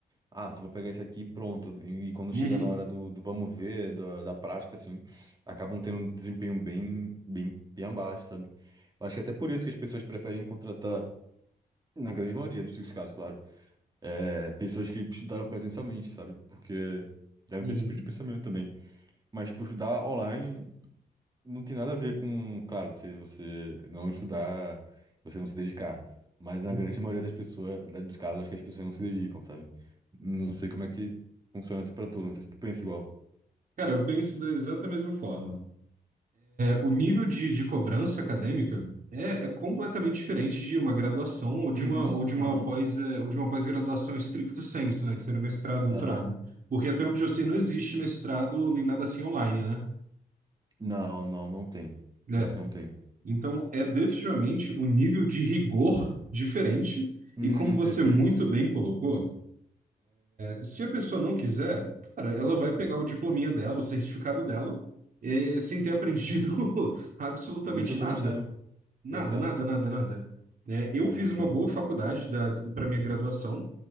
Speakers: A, on the right (about 25°); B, on the right (about 55°).
A: Ah, se vou pegar isso aqui, e pronto. E, e quando
B: uhum,
A: chega na hora do, do vamos ver, da, da prática, assim, acabam tendo um desempenho bem, bem, bem abaixo, sabe? Eu acho que é até por isso que as pessoas preferem contratar, na grande maioria, nos seus casos, claro, é, pessoas que estudaram presencialmente, sabe? Porque devem
B: uhum,
A: ter esse tipo de pensamento também. Mas, por estudar online, não tem nada a ver com, claro, se você não estudar, você não se dedicar. Mas na
B: uhum.
A: grande maioria das pessoas, da- dos casos, acho que as pessoas não se dedicam, sabe? Não sei como é que funciona isso pra tu, não sei se tu pensa igual.
B: Cara, eu penso da exata mesma forma. O nível de, de cobrança acadêmica é, é completamente diferente de uma graduação ou de
A: Uhum,
B: uma ou de uma
A: aham,
B: pós eh, ou de uma pós-graduação stricto sensu, né, que seria mestrado, doutorado.
A: aham.
B: Porque até onde eu sei não existe mestrado nem nada assim online, né?
A: Não, não, não tem.
B: Né?
A: Pior que não tem.
B: Então é definitivamente um nível de rigor diferente
A: Hum,
B: e como você
A: perfeito.
B: muito bem colocou, eh, se a pessoa não quiser, cara, ela vai pegar o diplominha dela, o certificado dela, eh, sem ter aprendido <laughs> absolutamente
A: Absolutamente
B: nada.
A: não.
B: Nada,
A: Exato.
B: nada, nada, nada. né eu
A: Sim,
B: fiz
A: sim,
B: uma boa faculdade para minha graduação